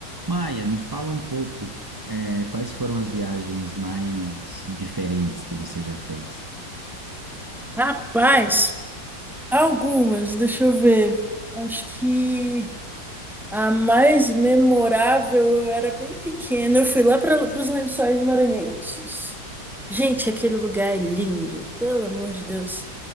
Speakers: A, on the right; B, in the centre.
A: Maia, me fala um pouco, eh, quais foram as viagens mais diferentes que você já fez?
B: Rapaz, algumas, deixa eu ver. Acho que a mais memorável, eu era bem pequena, eu fui lá para os Lençóis Maranhenses. Gente, aquele lugar é lindo, pelo amor de Deus.